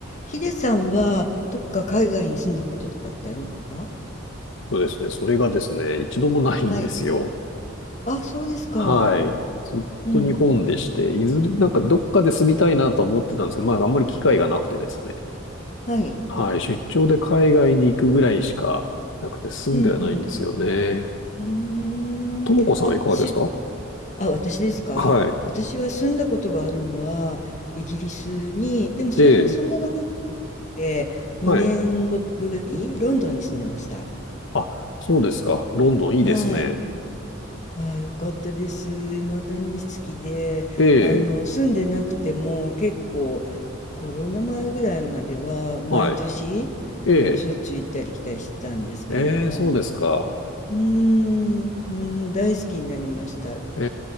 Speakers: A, on the left; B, on the left.
A: ヒデさんは、どっか海外に住んだこととかってありますか
B: そうですね。それがですね、一度もないんですよ。
A: はい。あ、そうですか。
B: はい。ずっと日本でして、
A: うん。
B: いずれ、なんかどっかで住みたいなとは思ってたんですけど、まああんまり機会がなくてですね。
A: はい。
B: はい。出張で海外に行くぐらいしかなくて住んではないんですよね。
A: うんうん。うーん。
B: ともこさんいかがですか
A: あ、し、あ、私ですか私は住んだことがあるのは、
B: はい。
A: イギリスに、でもそれでもそんな長く
B: ええ。
A: て、2年ぐらいロンドンに住んでました。
B: はい。あ、そうですか。ロンドンいいですね。
A: はい。ああ、よかったです。未だに好きで、
B: ええ。
A: あの、住んでなくても結構コロナ前ぐらいまでは毎年、
B: はい。ええ。
A: うん、しょっちゅう行ったり来たりしてたんですけれども、
B: ええ、そうですか。
A: うーん、うんもう大好きになりました。
B: え